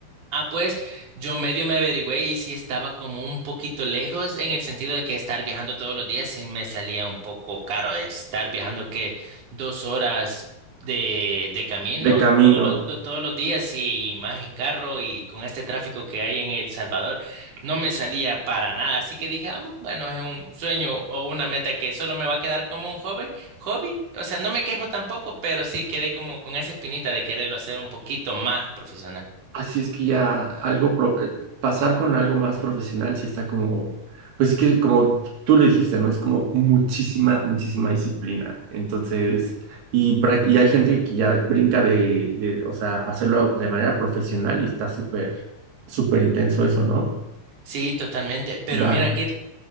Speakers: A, on the right; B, on the right.
A: Ah, pues yo medio me averigüé y sí estaba como un poquito lejos en el sentido de que estar viajando todos los días sí me salía un poco caro. Estar viajando que dos horas de, de camino
B: De camino.
A: todos los, do- todos los días y, y más en carro y con este tráfico que hay en El Salvador no me salía para nada. Así que dije, "Ah, mm, bueno, es un sueño o una meta que solo me va a quedar como un hobby, hobby. O sea, no me quejo tampoco, pero sí quedé como con esa espinita de quererlo hacer un poquito más profesional.
B: Así es que ya algo, pro- eh, pasar con algo más profesional sí está como, pues es que como tú le dijiste, ¿no? Es como muchísima, muchísima disciplina. Entonces, y, prac- y hay gente que ya brinca de, de, o sea, hacerlo de manera profesional y está súper, súper intenso eso, ¿no?
A: Sí, totalmente. Pero
B: Va.
A: mira, Kir,